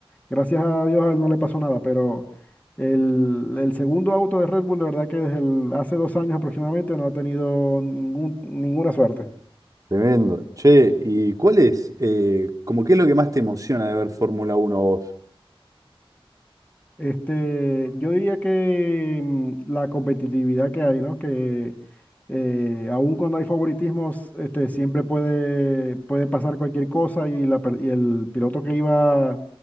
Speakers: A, on the left; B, on the right.
A: Gracias a Dios a él no le pasó nada, pero el, el segundo auto de Red Bull, de verdad que desde el- hace dos años aproximadamente no ha tenido ningún, ninguna suerte.
B: Tremendo. Che, ¿y cuál es, eh, como qué es lo que más te emociona de ver Fórmula Uno, vos?
A: Este, yo diría que mm, la competitividad que hay, ¿no? Que eh, aun cuando hay favoritismos, este, siempre puede, puede pasar cualquier cosa y, la, per- y el piloto que iba